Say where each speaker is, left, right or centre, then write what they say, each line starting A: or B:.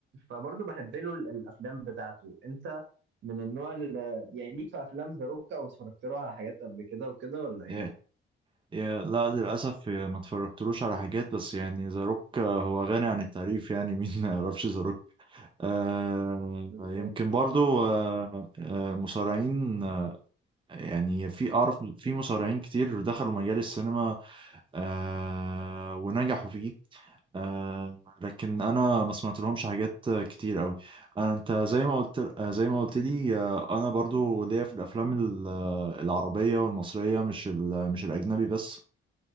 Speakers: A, on the right; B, on the right.
A: فبرضه بحب له ال- الأفلام بتاعته أنت من النوع اللي يعني ليك في أفلام ذا روك أو اتفرجت له على حاجات قبل كده وكده ولا إيه؟
B: يا- يا- لا للاسف يا ما اتفرجتلوش على حاجات بس يعني ذا روك آه، هو غني عن التعريف يعني <laughs> مين ما يعرفش ذا روك آه
A: بالظبط
B: يمكن برضو آه آه مصارعين آه يعني في اعرف في مصارعين كتير دخلوا مجال السينما آه ونجحوا فيه آه لكن انا ما سمعت لهمش حاجات كتير قوي انا انت زي ما قلت آه، زي ما قلت لي آه انا برضو ليا في الافلام ال- آه، العربيه والمصريه مش ال- مش الاجنبي بس